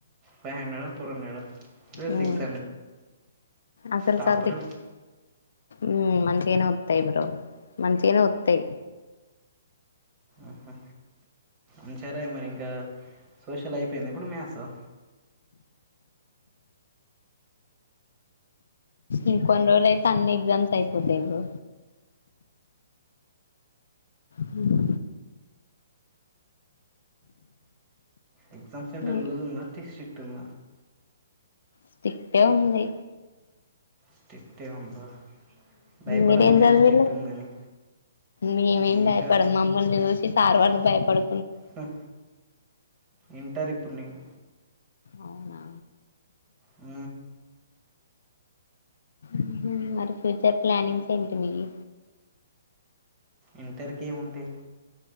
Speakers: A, on the right; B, on the left.
A: ఫైవ్ హండ్రెడా ఫోర్ హండ్రెడ్ ఆ లేదు
B: ఉమ్మ్
A: సిక్స్
B: అసలు
A: టాపర్
B: సబ్జి ఉమ్మ్ మంచిగనే వత్తయి బ్రో మంచిగనే వత్తయి
A: ఊహూ ఉంచారా మరి ఇంకా సోషల్ అయిపోయింది ఇప్పుడు మ్యాస్ ఆ
B: ఇంకొన్ని రోజులయితే అన్ని ఎగ్జామ్స్ అయిపోతాయి బ్రో హ్మ్
A: ఎగ్జామ్స్ సంటర్
B: ఇంకా
A: లూజుందా టి సి టుంగ
B: స్టిక్టే ఉంది
A: స్ట్రిక్టే ఉందా భయపడకు
B: మీరేం
A: మరి
B: చదివిళ్ళు
A: స్ట్రిక్ట్ ఉందని
B: మేమేం
A: ఇంటర్
B: భయపడం మమ్మల్ని చూసి సార్ వాళ్ళు భయపడు
A: హ్ ఇంటర్ ఇప్పుడు నేను
B: అవునా
A: ఊ
B: ఊహూ మరి ఫ్యూచర్ ప్లానింగ్స్ ఏంటి మీవి
A: ఇంటర్కి ఏముంటాయి